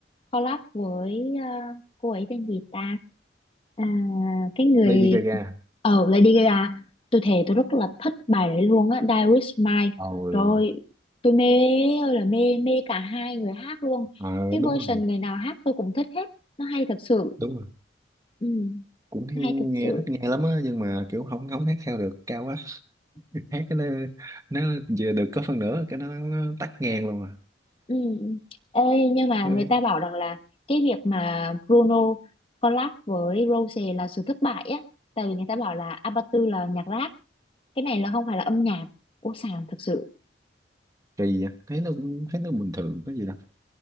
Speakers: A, on the left; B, on the right.
A: collab với uh, cô ấy tên gì ta À, cái người
B: Lady Gaga
A: ờ Lady Gaga tôi thề tôi rất là thích bài đấy luôn á Die With Mine
B: rồi
A: rồi tôi mê ơi là mê mê cả hai người hát luôn
B: ờ,
A: cái version
B: đúng rồi
A: người nào hát tôi cũng thích hết nó hay thật sự
B: đúng rồi
A: ừ,
B: cũng hay
A: nó hay
B: nghe
A: thật sự
B: thích nghe lắm á nhưng mà kiểu không không hát theo được cao quá hát cái nó, nó giờ được có phần nữa cái nó, nó tắt ngang luôn à
A: ừ. Ê, nhưng mà
B: Thôi,
A: người ta bảo rằng là cái việc mà Bruno collab với Rose là sự thất bại á tại vì người ta bảo là Abatu là nhạc rap cái này là không phải là âm nhạc ô sàng thật sự
B: kỳ vậy thấy nó cũng thấy nó bình thường có gì đâu